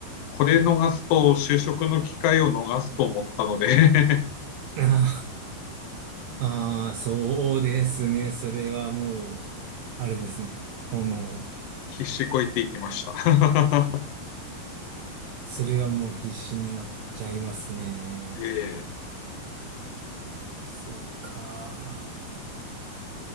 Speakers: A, on the left; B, on the right.
A: これ逃すと、就職の機会を逃すと思ったので
B: <laughs> ああ、あーそうですね。それはもう、あれですね。
A: <laughs>
B: その、
A: もう必死こいていきました。<laughs>
B: それはもう必死になっちゃいますね。
A: ええ
B: そうか。